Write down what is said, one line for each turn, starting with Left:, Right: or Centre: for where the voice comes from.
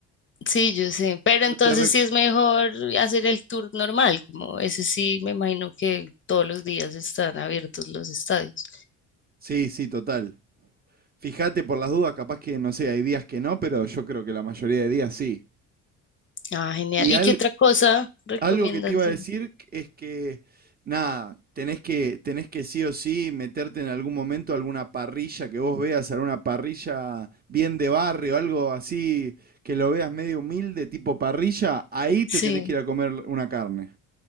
Left: sí, yo sé. Pero
Right: Yo
Left: entonces
Right: te re-
Left: sí es mejor hacer el tour normal, como ese sí, me imagino que todos los días están abiertos los estadios.
Right: Sí, sí, total. Fíjate por las dudas, capaz que, no sé, hay días que no, pero yo creo que la mayoría de días sí.
Left: Ah, genial.
Right: Y,
Left: ¿Y
Right: al-
Left: qué otra cosa recomiendas?
Right: Algo que te iba
Left: hacer?
Right: a decir es que, nada, tenés que, tenés que sí o sí meterte en algún momento a alguna parrilla que vos veas, alguna parrilla bien de barrio, algo así que lo veas medio humilde, tipo parrilla, ahí te
Left: Sí,
Right: tenés que ir a comer una carne.